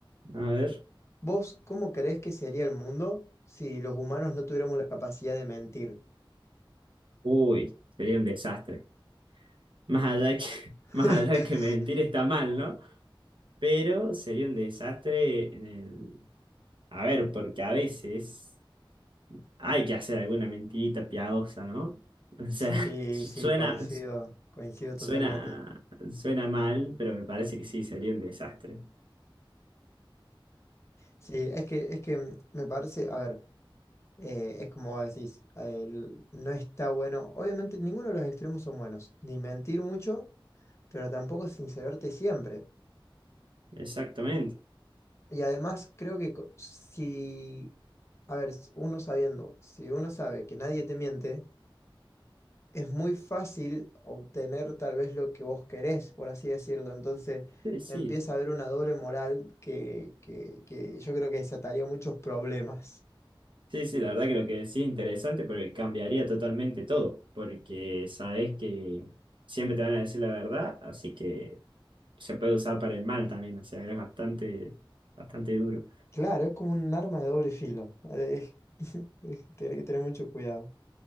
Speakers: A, on the right (about 65°); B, on the left (about 30°).
A: A ver.
B: ¿Vos cómo creés que sería el mundo si los humanos no tuviéramos la capacidad de mentir?
A: Uy, sería un desastre. Más allá que, <laughs> más
B: <laughs>
A: allá de que mentir está mal, ¿no? Pero sería un desastre en el... A ver, porque a veces hay que hacer alguna mentirita piadosa, ¿no? O sea,
B: Sí,
A: <laughs> su-
B: sí,
A: suena,
B: coincido, coincido totalmente.
A: suena, suena mal, pero me parece que sí, sería un desastre.
B: Sí, es que, es que mm, me parece, a ver, eh, es como vos decís, el- no está bueno, obviamente ninguno de los extremos son buenos, ni mentir mucho, pero tampoco sincerarte siempre.
A: Exactamente.
B: Y además creo que co- si, a ver, s- uno sabiendo, si uno sabe que nadie te miente, es muy fácil obtener tal vez lo que vos querés, por así decirlo. Entonces
A: Sí, sí.
B: empieza a haber una doble moral que, que, que yo creo que desataría muchos problemas.
A: Sí, sí, la verdad que lo que decís es interesante porque cambiaría totalmente todo, porque sabes que siempre te van a decir la verdad, así que... se puede usar para el mal también, o sea, es bastante, bastante duro.
B: Claro, es como un arma de doble filo. eh, Es, <laughs> es- tenés que tener mucho cuidado.